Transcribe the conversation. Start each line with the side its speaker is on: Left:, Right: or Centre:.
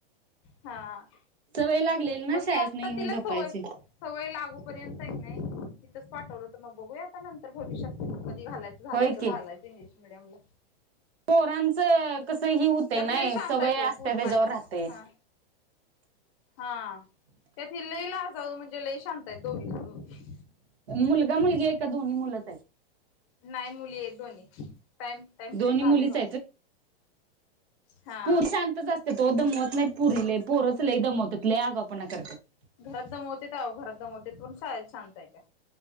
Left: हा
Right: सवय लागलेली ना
Left: मग
Right: शाळेतनं
Left: ती आत्ता
Right: येवून
Left: तिला
Right: झोपायची.
Left: सवय सवय लागूपर्यंत की नाय तिथंच पाठवलं तर मग बघूया आता नंतर भविष्यात कधी घालाय झालं
Right: होय
Left: तर
Right: की
Left: घालायंच इंग्लिश मिडियमला.
Right: पोरांचं कसं ही होते
Left: त्यात
Right: नाय
Left: लय शांत
Right: सवय
Left: आहे तो
Right: असते
Left: पोरी
Right: त्याच्यावर
Left: माझ्या
Right: राहतंय.
Left: हा हा त्यात ही लई लाजाळू म्हणजे लय शांतय दोघी दोघी
Right: मुलगा मुलगी आहे की दोन्ही मुलंच आहेत?
Left: नाही मुली आहेत दोन्ही टाईम टाईम
Right: दोन्ही
Left: झालंय
Right: मुलीच
Left: बघा. हा
Right: पोरी शांतचं असतेत ओ दमवत नाहीत पोरी लई पोराचं लईच दमवतेत लई आगावपणा करत्यात.
Left: घरात दमवतेत अवो घरात दमवतेत पण शाळेत शांतय त्या